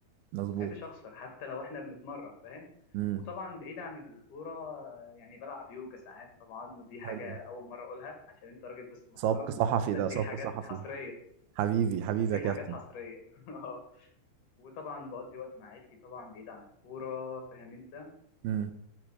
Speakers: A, on the right; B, on the left.
A: مظبوط
B: ما بحبش اخسر حتى لو احنا بنتمرن فاهم
A: مم.
B: وطبعا بعيد عن الكوره آه، يعني بلعب يوجا ساعات طبعا ودي حاجه
A: حلو
B: اول مره اقولها عشان انت راجل بس محترم
A: سبق صحفي
B: ب- بديك
A: ده سبق
B: حاجات
A: صحفي
B: حصريه
A: حبيبي حبيبي
B: بديك
A: يا كابتن
B: حاجات حصريه <laughs> وطبعا بقضي وقت مع عيلتي طبعا بعيد عن الكوره فاهم انت
A: مم.